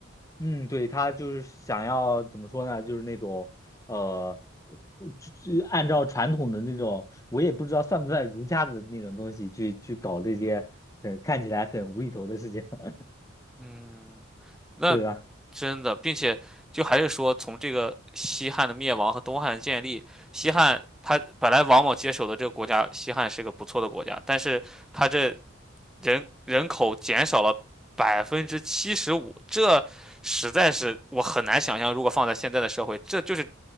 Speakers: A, on the left; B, in the centre.
A: 嗯，对，他就是想要怎么说呢？就是那种，呃，我就就按照传统的那种，我也不知道算不算儒家的那种东西去去搞这些，呃，看起来很无厘头的事情，<laughs>
B: 嗯。那
A: 对吧？
B: 真的，并且就还是说，从这个西汉的灭亡和东汉的建立，西汉他本来王莽接手的这个国家，西汉是个不错的国家，但是他这人人口减少了百分之七十五，这实在是我很难想象，如果放在现在的社会，这就是